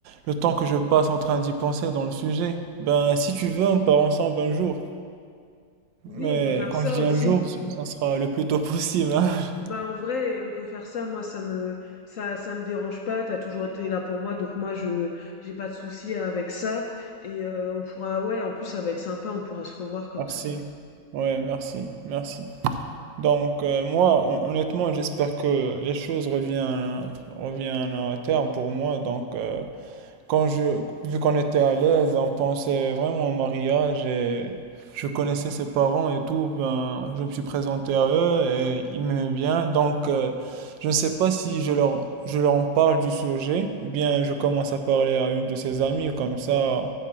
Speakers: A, on the right; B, on the left.
A: le temps que je passe en train d'y penser dans le sujet? Ben, si tu veux, on part ensemble un jour.
B: Oui,
A: Mais
B: on peut faire
A: quand
B: ça
A: je dis
B: aussi.
A: un jour, ça sera le plus tôt possible, hein. <laughs>
B: Bah, en vrai, on peut faire ça. Moi, ça me, ça, ça me dérange pas. T'as toujours été là pour moi. Donc, moi, je, j'ai pas de souci avec ça. Et euh, on pourra, ouais, en plus, ça va être sympa. On pourra se revoir comme
A: Merci.
B: ça.
A: Ouais, merci, merci. Donc, euh, moi, hon- honnêtement, j'espère que les choses reviennent, reviennent à terme pour moi. Donc, euh, Quand je, vu qu'on était à l'aise, on pensait vraiment au mariage et je connaissais ses parents et tout, ben, je me suis présenté à eux et ils m'aimaient bien. Donc, euh, je ne sais pas si je leur, je leur en parle du sujet ou bien je commence à parler à une de ses amies, comme ça,